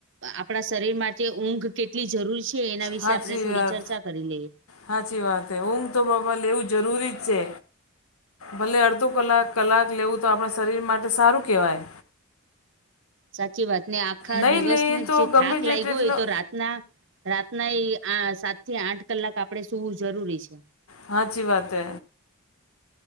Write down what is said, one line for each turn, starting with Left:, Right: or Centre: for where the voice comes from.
Right: આપણા શરીર માટે ઊંઘ કેટલી જરૂરી છે. છે એના વિશે
Left: હાચી
Right: આપડે થોડી
Left: વાત.
Right: ચર્ચા કરી લઈએ.
Left: હાચી વાત હ ઊંઘ તો બાપા લેવું જરૂરી જ છે. ભલે અડધો કલાક કલાક લેવું તો આપણા શરીર માટે સારું કહેવાય.
Right: સાચી વાત ને આખા
Left: નહીં
Right: દિવસને
Left: લઈએ તો
Right: જે
Left: ગમે
Right: થાક
Left: તે
Right: લાગ્યો
Left: તેટલો
Right: હોય તો રા ના રાતના એ આ સાત થી આઠ કલાક આપણે સુવું જરૂરી છે.
Left: હાચી વાત હ.